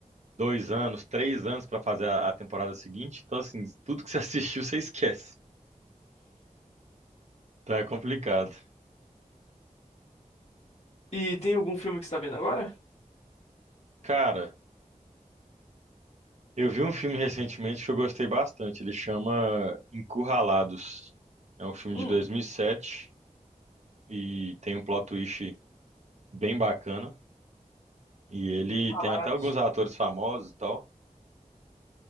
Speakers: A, on the right (about 55°); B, on the left (about 50°).
A: dois anos, três anos para fazer a, a temporada seguinte. Então, assim, tudo que você <laughs> assistiu, você esquece. Então é complicado.
B: E tem algum filme que você tá vendo agora?
A: Cara, Eu vi um filme recentemente que eu gostei bastante. Ele chama Encurralados. É um filme
B: Hum,
A: de 2007 e sete e tem um plot twist bem bacana. E ele
B: Encurralados.
A: tem até alguns atores famosos e tal.